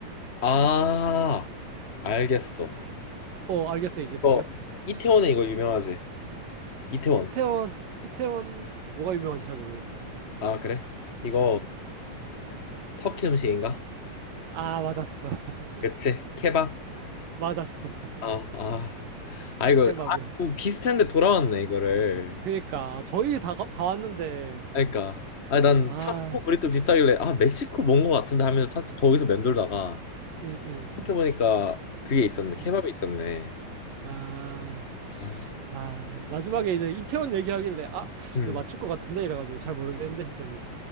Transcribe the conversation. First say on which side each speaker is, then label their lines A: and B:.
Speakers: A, on the left (about 25°); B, on the right (about 80°).
A: 아, 알겠어.
B: 어, 알겠어, 이제
A: 이거
B: 드디어.
A: 이태원에 이거 유명하지? 이태원.
B: 이태원, 이태원, 뭐가 유명한지 잘 모르겠는데.
A: 아, 그래? 이거
B: 응.
A: 터키 음식인가?
B: 아, 맞았어. <laughs>
A: 그치? 케밥.
B: 맞았어. <laughs>
A: 아, 아, 아 이거
B: 케밥이었어.
A: 아, 좀 비슷한데 돌아왔네 이거를.
B: 그니까 거의 다, 거- 다 왔는데
A: 그러니까 아, 난
B: 아,
A: 타코 브리또 비슷하길래 아 멕시코 뭔 거 같은데 하면서 타, 거기서 맴돌다가
B: 음, 음,
A: 생각해 보니까 그게 있었네 케밥이
B: 음.
A: 있었네.
B: 아,
A: 아,
B: 아 마지막에 이제 이태원 얘기하길래 아
A: 음,
B: 이거 맞출 것 같은데 이래가지고 잘 모르겠는데 했더니